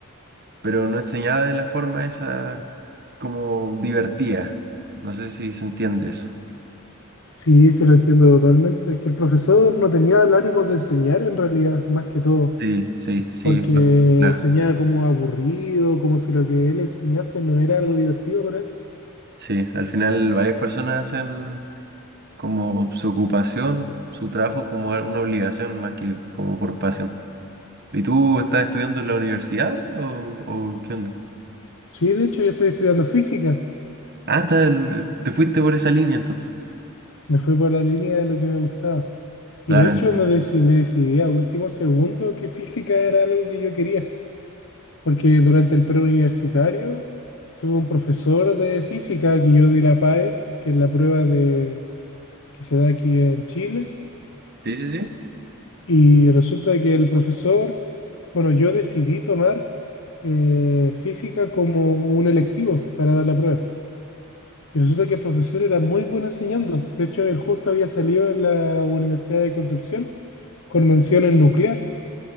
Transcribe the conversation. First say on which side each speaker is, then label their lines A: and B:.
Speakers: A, on the right; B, on the left.
A: pero no enseñaba de la forma esa como divertida. No sé si se entiende eso.
B: Sí, se lo entiendo totalmente. Es que el profesor no tenía el ánimo de enseñar en realidad, más que todo,
A: Sí, sí, sí,
B: porque
A: lo- claro.
B: enseñaba como aburrido, como si lo que él enseñase no era algo divertido para él.
A: Sí, al final varias personas hacen como su ocupación, su trabajo como una obligación más que como por pasión. ¿Y tú estás estudiando en la universidad ahora o, o qué onda?
B: Sí, de hecho yo estoy estudiando física,
A: Ah, estás el- te fuiste por esa línea entonces.
B: me fui por la línea de lo que me gustaba.
A: Claro.
B: Y de hecho me, deci- me decidí a último segundo que física era algo que yo quería. Porque durante el preuniversitario tuve un profesor de física que yo di la PAES, que es la prueba de, que se da aquí en Chile,
A: Sí, sí, sí.
B: y resulta que el profesor, bueno, yo decidí tomar eh, física como un electivo para dar la prueba. Y resulta que el profesor era muy bueno enseñando. De hecho, él justo había salido en la Universidad de Concepción con mención en nuclear.